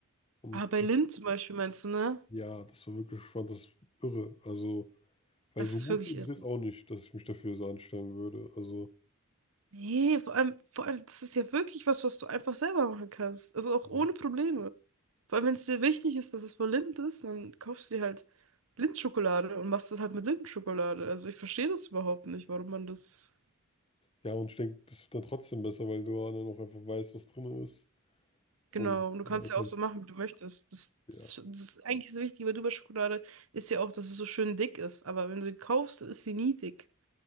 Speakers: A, on the left; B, on the right.
A: Und
B: Aber bei Lind zum Beispiel meinst du, ne?
A: ja, das war wirklich, ich fand das irre. Also Weil
B: Das
A: so
B: ist
A: gut
B: wirklich
A: ist
B: irre.
A: es jetzt auch nicht, dass ich mich dafür so anstellen würde. Also,
B: Nee, vor allem, vor allem, das ist ja wirklich was, was du einfach selber machen kannst. Also auch ohne
A: ja.
B: Probleme. Vor allem, wenn es dir wichtig ist, dass es voll Lind ist, dann kaufst du dir halt Lindschokolade und machst das halt mit Lindschokolade. Also ich verstehe das überhaupt nicht, warum man das.
A: Ja, und ich denke, das wird dann trotzdem besser, weil du dann auch einfach weißt, was drin ist. Und
B: Genau, und du
A: da
B: kannst ja
A: kannst,
B: auch so machen, wie du möchtest. Das,
A: ja,
B: das, das ist eigentlich das Wichtige bei Dubai-Schokolade ist ja auch, dass es so schön dick ist. Aber wenn du sie kaufst, ist sie nie dick.